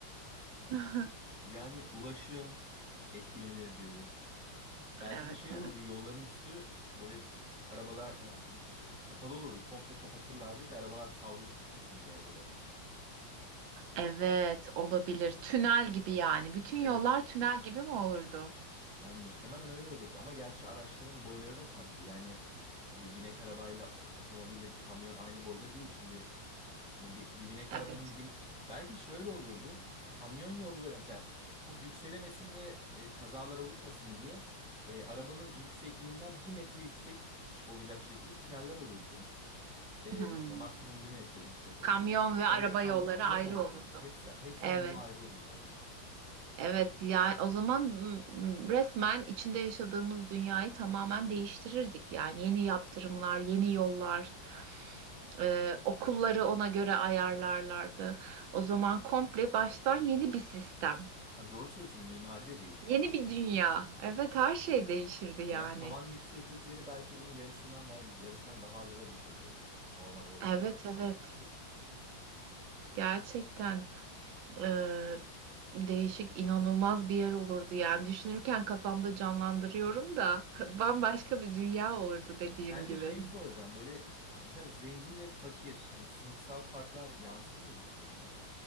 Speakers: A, on the right (about 80°); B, in the centre.
A: <laughs>
B: yani ulaşım etkilenirdi. Belki
A: Evet,
B: de şey
A: evet.
B: olurdu yolların üstü böyle arabalar ha, kapalı olurdu. Komple kapatırlardı ki arabalar savrulup gitmesin bir yerlere.
A: Evet, olabilir. Tünel gibi yani. Bütün
B: Evet.
A: yollar tünel gibi mi olurdu?
B: Yani muhtemelen öyle olurdu. Ama gerçi araçların boyları da farklı. Yani işte bir binek arabayla o- otomobille bir kamyon aynı boyda değil. Şimdi hani bir, bir binek
A: Evet.
B: arabanın bir... Belki şöyle olurdu. Kamyon yolları mesela çok yükselemesin ve e, kazalar oluşmasın diye e, arabanın yüksekliğinden bir metre yüksek olacak şekilde tüneller olurdu. E,
A: Hmm.
B: mesela maksimum bir metre yüksek olacak.
A: Kamyon ve
B: Oraya
A: araba
B: kamyon
A: yolları
B: giremezdi.
A: ayrı olurdu.
B: Hepsi, hepsinin
A: Evet.
B: yolu ayrı olurdu evet.
A: Evet ya o zaman mm, resmen içinde yaşadığımız dünyayı tamamen değiştirirdik yani yeni yaptırımlar, yeni yollar, e, okulları ona göre ayarlarlardı. O zaman komple baştan yeni bir sistem,
B: Ha, doğru söylüyorsun mimari de değişirdi.
A: yeni bir dünya. Evet her şey değişirdi yani.
B: Yani tavan yükseklikleri belki bunun yarısından veya yarısından daha aza da düşebilirdi. Normal ortalama
A: Evet evet.
B: tavan yükseklikleri.
A: Gerçekten eee, değişik, inanılmaz bir yer olurdu yani. Düşünürken kafamda canlandırıyorum da <laughs> bambaşka bir dünya olurdu dediğim
B: E, sence
A: gibi.
B: şeyi soracağım böyle mesela zengin ve fakir hani sınıfsal farklar yansır mıydı bu duruma?